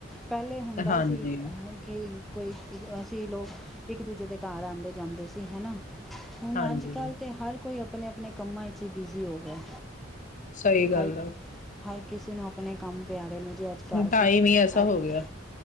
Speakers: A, in the centre; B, on the left.
A: ਪਹਿਲੇ ਹੁੰਦਾ
B: ਹਾਂਜੀ।
A: ਸੀ ਕਿ ਕੋਈ ਅਸੀਂ ਲੋਕ ਇੱਕ ਦੂਜੇ ਦੇ ਘਰ ਆਦੇ ਜਾਂਦੇ ਸੀ ਹਨਾ। ਹੁਣ
B: ਹਾਂਜੀ
A: ਅੱਜ ਗੱਲ ਤੇ ਹਰ ਕੋਈ ਆਪਣੇ ਆਪਣੇ ਕੰਮਾਂ ਵਿੱਚ ਹੀ ਬਿਜ਼ੀ ਹੋ ਗਿਆ।
B: ਸਹੀ ਗੱਲ
A: ਹਰ
B: ਆ
A: ਹਰ ਕਿਸੇ ਨੂੰ ਆਪਣੇ ਕੰਮ ਪਿਆਰੇ ਨੇ। ਜੀ ਅੱਜ ਕੱਲ੍ਹ
B: ਹੁਣ
A: ਅਸੀਂ
B: ਟਾਈਮ ਹੀ ਐਸਾ
A: ਅੱਜ-
B: ਹੋ ਗਿਆ।